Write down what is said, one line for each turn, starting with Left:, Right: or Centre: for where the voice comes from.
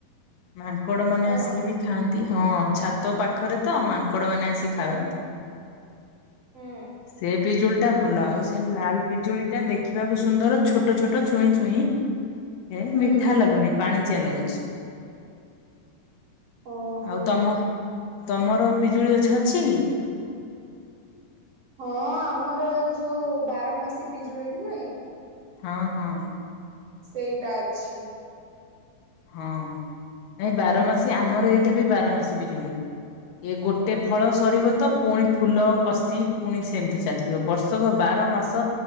Left: ମାଙ୍କଡମାନେ
Right: ହଁ
Left: ଆସିକି ବି ଖାଆନ୍ତି, ହଁ ଛାତ ପାଖରେ ତ ମାଙ୍କଡମାନେ ଆସିକି ଖାଆନ୍ତି।
Right: ହୁଁ
Left: ସେ ପିଜୁଳିଟା ଭଲ ଆଉ ସେ ଲାଲ୍ ପିଜୁଳିଟା ଦେଖିବାକୁ ସୁ ସୁନ୍ଦର ଛୋଟ ଛୋଟ ଛୁଇଁ ଛୁଇଁ, ସେ
Right: ହୁଁ
Left: ମିଠା ଲାଗୁନି, ପାଣିଚିଆ ଲାଗୁଚି।
Right: ଓହୋ।
Left: ଆଉ ତମ, ତମର ପିଜୁଳି ଗଛ ଅଛି?
Right: ହଁ ଆମର ଏଇ ଯୋଉ ବାରମାସୀ ପିଜୁଳି ନୁହେଁ
Left: ହଁ-ହଁ।
Right: ସେଇଟା ଅଛି।
Left: ହଁ। ନାଇଁ ବାରମାସୀ ଆମର
Right: ହୁଁ
Left: ଏଇଟା ବି ବାରମାସୀ ପିଜୁଳି। ଏ ଗୋଟେ ଫଳ ସରିବ ତ ପୁଣି ଫୁଲ, କଷି, ପୁଣି ସେମତି ଚାଲିଥିବ। ବର୍ଷକ ବାର ମାସ